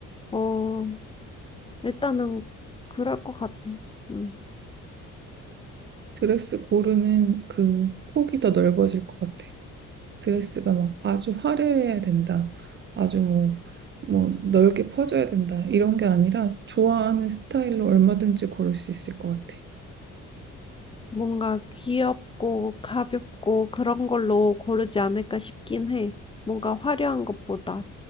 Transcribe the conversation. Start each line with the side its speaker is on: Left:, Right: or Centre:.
Left: 어 일단은 그럴 것 같아. 음.
Right: 드레스 고르는 그 폭이 더 넓어질 것 같아. 드레스가 막 아주 화려해야 된다. 아주 뭐, 뭐 넓게 퍼져야 된다. 이런 게 아니라 좋아하는 스타일로 얼마든지 고를 수 있을 것 같아.
Left: 뭔가 귀엽고 가볍고 그런 걸로 고르지 않을까 싶긴 해. 뭔가 화려한 것보다.